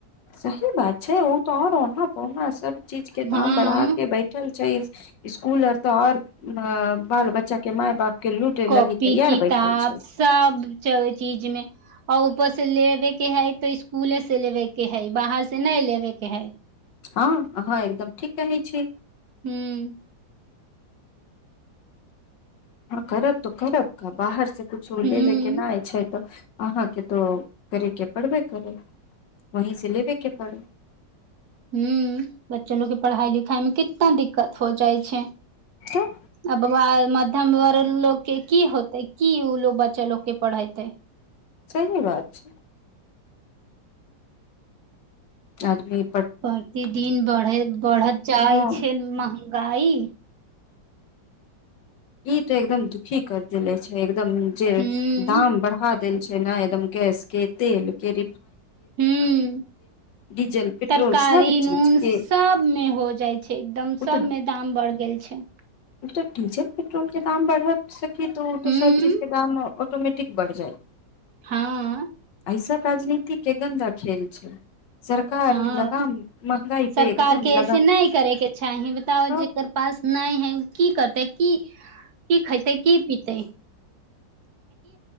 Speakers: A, on the left; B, on the right.
A: सही बात छै ओ तऽ आर ने प ने चीज के दाम
B: हँ
A: बढ़ााक बैठल छै स्कूल अ तऽ आओर बाल बच्चा के माय बाप के लूटे लगी
B: कॉपी
A: तैयार
B: किताब
A: बैठल छै
B: सब च चीजमे आउ उपो से लेबे के है तऽ स्सकूले से लेबे के है बाहर से नहि लेबे के है
A: हँ अहाँ एकदम ठीक कहै छी
B: हूं
A: करब तऽ करब क बाहर से कछो लेबे
B: हूं
A: केनाइ छै तऽ अहाँके तो करे के पड़बे करे वहीं से लेबे के परि
B: हुँ बच्चो लोग के पढ़ाई लिखाई में कितना दिक्कत हो जाइ छै
A: तऽ
B: आ बबा म <inaudible> तें दुआरे लोग के की होते की ओ लोग बच्चा लोग के पढ़ेते
A: सही बात छै आज भी
B: प्रतिदिन बढ़ बढ़त जाइ
A: हँ
B: छै म गाई
A: ई तऽ एकदम दुखी कर देले छै एकदम जे
B: हूँ
A: दाम बढ़ा देल नहि एकदम केैस के तेल क
B: हुँ
A: डीजल पेट्रोल
B: तरकारी
A: सब
B: नून
A: चीज के
B: सबमे हो जाइ छै एकदम
A: ओ
B: सबमे
A: तऽ
B: दाम बढ़ गेल छै
A: तऽ डीजल पेट्रोल के दाम बढ़ स तो
B: हूँ
A: सब चीज के दाम ऑटोमैटिक बढ़ जाइ
B: हाँ
A: ईस राजनीतिक के गन्दा खेेल छै सरकार
B: हँ
A: लगाम महंगाई
B: सरकार
A: पे एकदम
B: के
A: लगा
B: ऐसे नहि करेके चाही बताब
A: हँ
B: जकर पास नहि है की करतै की की खेतै की पीतै